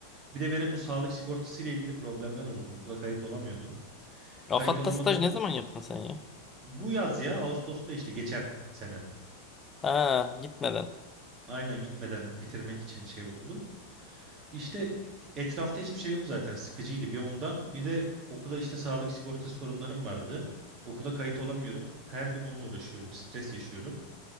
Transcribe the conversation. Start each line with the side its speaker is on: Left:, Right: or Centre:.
Right: Bir de benim bu sağlık sigortası ile ilgili problemler oldu. Okula kayıt olamıyordum. Kayıt
Left: Afat'ta
Right: olamadım.
Left: staj ne zaman yaptın sen ya?
Right: Bu yaz ya Ağustos'ta işte geçen sene.
Left: Ha gitmeden.
Right: Aynen gitmeden bitirmek için şey okulu. İşte etrafta hiçbir şey yok zaten. Sıkıcıydı bir ondan. Bir de okula işte sağlık sigortası sorunlarım vardı. Okula kayıt olamıyorum. Her gün onunla uğraşıyorum. Stres yaşıyorum.